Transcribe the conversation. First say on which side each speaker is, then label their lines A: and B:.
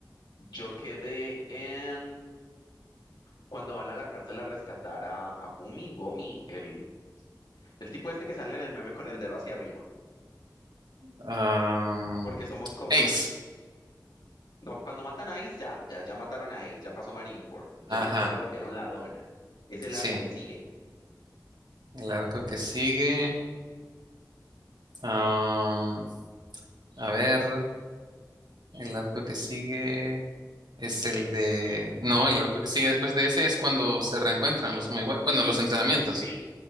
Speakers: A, on the left; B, on the right.
A: Yo quedé en cuando van a la cárcel a rescatar a, a Bumi, Bomi, el, el tipo este que sale en el meme con el dedo hacia arriba,
B: Ah,
A: porque somos compas.
B: Ace,
A: No, cuando matan a Ace, ya, ya, ya mataron a Ace, ya pasó Marineford, ya,
B: ajá.
A: ya lo volvieron la dona. Es el
B: Sí,
A: arco que sigue.
B: el arco que sigue. ah, a ver, el arco que sigue es el de... No, el arco que sigue después de ese es cuando se reencuentran los muy buenos. Bueno, los entrenamientos.
A: Sí.